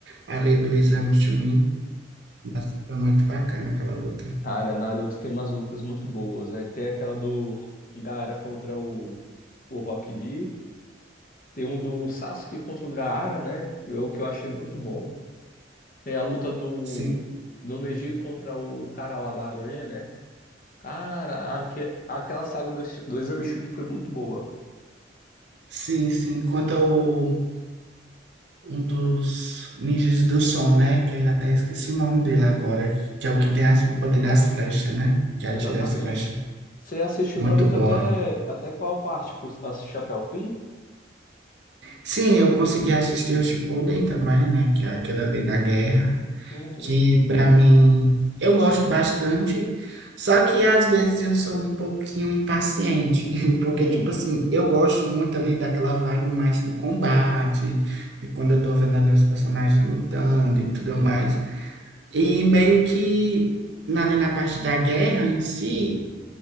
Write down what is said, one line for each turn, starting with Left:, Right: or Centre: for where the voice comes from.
Right: além do Exame Chunin. Mas foi muito bacana aquela luta.
Left: Cara, Naruto tem umas lutas muito boas. Aí Tem aquela do Gaara contra o, o Rock Lee. Tem um do Sasuke contra o Gaara, né? Que é O que eu achei muito bom. Tem a luta do,
Right: Sim,
Left: do Neji contra o cara lá da aranha, né? Cara, aque- aquela saga do, do Exame Chunin foi muito boa.
Right: sim, sim. Quanto ao um dos ninjas do som, né? Que eu até esqueci o nome dele agora, que é o que tem as- o poder das flechas, né? Que atira
Left: Exatamente.
Right: as flechas.
Left: Você assistiu
Right: Muito
Left: Naruto
Right: boa.
Left: até, até qual parte? Você Assistiu até o fim?
Right: Sim, eu consegui assistir o Shippuden também, né? Que é aquele ali da guerra.
Left: Uhum.
Right: que para mim eu gosto bastante, só que às vezes eu sou um pouquinho impaciente, <laughs> porque
Left: Hum,
Right: tipo assim, eu gosto muito ali daquela vibe mais do combate, de quando eu tô vendo ali os personagens lutando e tudo mais. E meio que na- ali na parte da guerra em si,